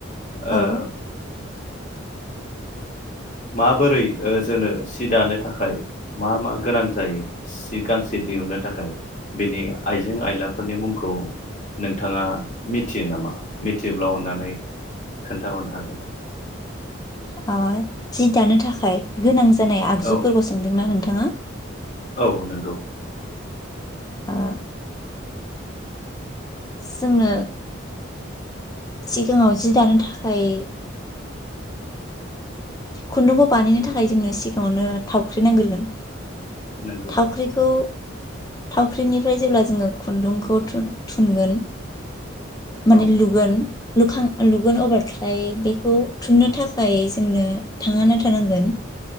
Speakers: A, on the left (about 20°); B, on the left (about 40°).
A: औ
B: ओ माबोरै जोंनो सि दानो थाखाय मा मा गोनां जायो सि गांसे दिहुननो थाखाय बेनि आइजें आयलाफोरनि मुंखौ नोंथाङा मिथियो नामा मिथिोब्ल' अनानै खोन्थाहरनो हागोन
A: जि दानो थाखाय गोनां जानाय आगजुफोरखौ
B: औ
A: सोंदोंना नोंथां थाङा
B: औ नंगौ
A: अ जोंनो सिगाङाव जि दानो थाखाय खुन्दुंखौ बानायनो थाखाय जोंनो सिगाङावनो थावख्रि नांगोरगोन
B: नंगौ
A: थावख्रिखौ थावख्रिनिफ्राय जेब्ला जोङो खुन्दुंखौ थुन थुनगोन माने
B: औ
A: लुगोन लुखां लुगोन अब्लाथाय बेखौ थुननो थाखाय जोंनो थाङा नाथा नांगोन